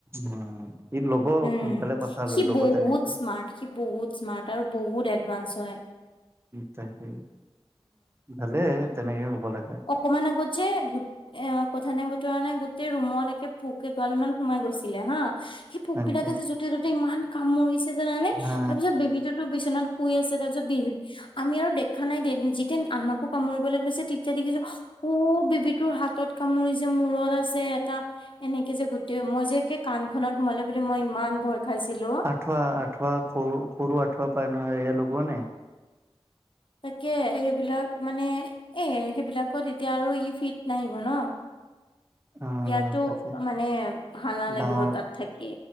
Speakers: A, on the right (about 25°); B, on the left (about 55°).
A: উম ই ল'ব
B: উম,
A: সোনকালে কথা লৈ
B: সি
A: ল'ব
B: বহুত
A: তেনেকে
B: স্মাৰ্ট সি বহুত স্মাৰ্ট আৰু বহুত এডভান্স হয়।
A: তাকেই ভালেই তেনেকে হ'ব লাগে।
B: অক মে গ যে <unintelligible> এ কথা নাই বতৰা নাই গোটেই ৰুমত একে পোক এগাল মান সোমাই গৈছিলে হা পোক
A: হয়
B: বিলাকে
A: নেকি
B: যে য'তে ত'তে ইমান কামৰিছে জানানে
A: হা
B: ত তাৰ পিছত বেবিবিটো যে বিচনাত শুই আছে, তাৰ পিছত বি আমি আৰু দেখা নাই যেতিয়া আমাকো কামুৰিবলৈ লৈছে এতিয়া দেখিছোঁ বেবীতোৰ হাতত কামুৰি যে মূৰত আছে এটা এনেকে যে গোটেই মই যে কি কাণ খনত সোমালে বুলি, মই ইমান ভয় খাইছিলোঁ।
A: আঠ আঠুৱ খ খৰুো <unintelligible> <inaudible> আঠুৱ পায় ন এ লগ নে
B: তাকে এইেইবিলাক মানে এ, সেইবিলাকত এতিয়া আৰু ই ফিট নাহিব ন।
A: অ
B: ইয়াৰটো
A: তাকে
B: মানে ভাল নালাগিব
A: ডাঙৰ
B: তাত থাকি।